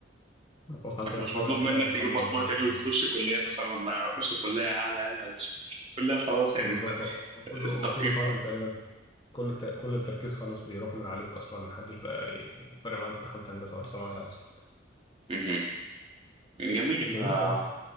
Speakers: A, on the left; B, on the right.
A: وخلاص
B: انت
A: هتتخرج
B: مش مطلوب
A: كده
B: منك
A: والحمد
B: تجيب مجموع
A: لله رب
B: تاني
A: العالمين
B: وتخش كلية مثلا اخش كلية اعلى اعلى اعلى <laughs> كلية خلاص يعني
A: بالظبط
B: انت
A: وكله
B: استقيت
A: وكله فعلا
B: خلاص
A: تقريبا كل الت... كل التركيز خلاص بيروح من عليك اصلا محدش بقى ي- فارق معاه انت دخلت هندسه ولا صنايع اصلا
B: مهم. جميل
A: جميل
B: آه،
A: قوي